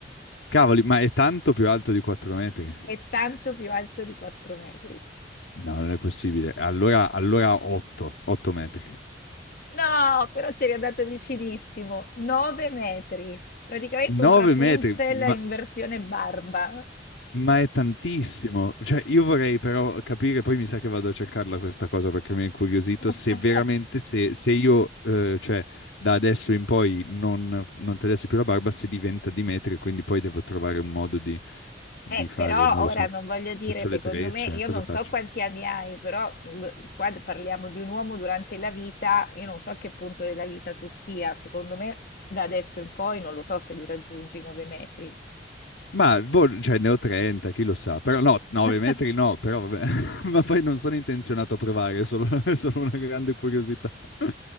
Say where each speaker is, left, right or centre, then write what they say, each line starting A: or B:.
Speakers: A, on the left (about 85°); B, on the left (about 55°).
A: Cavoli, ma è tanto più alto di quattro metri?
B: È tanto più alto di 4 metri.
A: No, non è possibile. Allora, allora 8, 8 metri.
B: No, però c'eri andato vicinissimo. 9 metri. Praticamente
A: 9
B: un Rapunzel
A: metri, ma,
B: in versione barba.
A: ma è tantissimo. Cioè, io vorrei però capire, poi mi sa che vado a cercarla questa cosa perché mi ha incuriosito,
B: <laughs>
A: se veramente, se, se io, eh, cioè, da adesso in poi non, non tagliassi più la barba, se diventa di metri, quindi poi devo trovare un modo di, di
B: Eh,
A: fare,
B: però
A: non lo
B: ora
A: so,
B: non voglio dire,
A: faccio
B: secondo
A: le trecce,
B: me, io
A: cosa
B: non
A: faccio?
B: so quanti anni hai, però mm, qua parliamo di un uomo durante la vita, io non so a che punto della vita tu sia, secondo me da adesso in poi non lo so se li raggiungi i 9 metri.
A: Ma, boh, cioè, ne ho 30, chi lo sa. Però no, 9
B: <laughs>
A: metri no, però vabbè. <laughs> Ma poi non sono intenzionato a provare, è solo, <laughs> è solo una grande curiosità. <laughs>